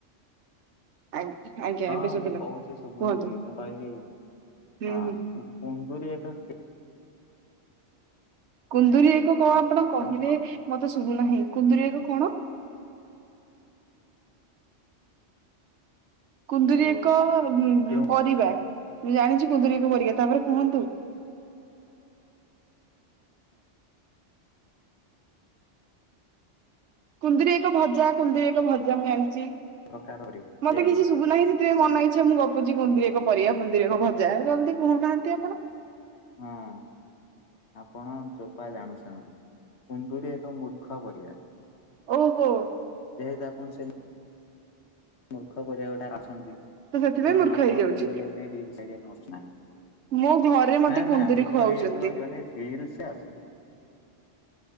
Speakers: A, on the right (about 70°); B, on the left (about 65°).
A: ଆ ଆଜ୍ଞା
B: ହଁ
A: ଏବେ ଶୁଭିଲା
B: ମୁଁ କହୁଛି ଶୁଭୁନି
A: କୁହନ୍ତୁ
B: କି ମୁଁ କହିଲି
A: ହୁଁ
B: ହଁ
A: ହୁଁ
B: କୁୁନ୍ଦୁରି ଏକ
A: କୁନ୍ଦୁରି ଏକ କଣ ଆପଣ
B: କେଉଁ
A: କହିଲେ
B: ଫଳ
A: ମତେ ଶୁଭୁନାହିଁ କୁନ୍ଦୁରି ଏକ କଣ? କୁନ୍ଦୁରି
B: ହ୍ୟାଲୋ
A: ଏକ
B: କେଉଁ
A: ପରିବା ଜାଣିଛ କୁନ୍ଦୁରି ଏକ ପରିବା ତାପରେ କୁହନ୍ତୁ? କୁନ୍ଦିରି ଏକ ଭଜା କୁନ୍ଦୁରି ଏକ ଭଜା ମୁଁ ଆଣିଛି
B: ପ୍ରକାରରେ
A: ମତେ
B: ଦିଆଯାଇଛି
A: କିଛି ଶୁଭୁନାହିଁ। ରେ ମନ ଇଚ୍ଛା ମୁଁ ଗପୁଛି କୁନ୍ଦିରି ଏକ ପରିବା ଗୁନ୍ଦିରି ଏକ ଭଜା ଜଲ୍ଦି କହୁନାହାନ୍ତି ଆପଣ।
B: ହଁ। ଆପଣ ଚୋପା ଜାଣୁଛନ୍ତି କୁନ୍ଦୁରି ଏକ ମୂର୍ଖ ପରିଆ।
A: ଓହୋ।
B: ଯେହେତୁ ଆପଣ ସେମି ମୂର୍ଖ ପରିବା ଗୋଟେ ଅଛନ୍ତି
A: ତ ସେଥିପାଇଁ
B: ତେଣୁ
A: ମୂର୍ଖ
B: ଆପଣ
A: ହେଇଯାଉଛି।
B: ମୁଣ୍ଡରେ ଏନାହିଁ ନା
A: ମୋ ଘରେ ମତେ କୁନ୍ଦୁରି
B: ନା ମୂର୍ଖ
A: ଖୁଆଉଛନ୍ତି
B: ହେଇଯାଉଛନ୍ତି ବୋଲିିବ ଏଲ୍ ସେ ଆସଛନ୍ତି।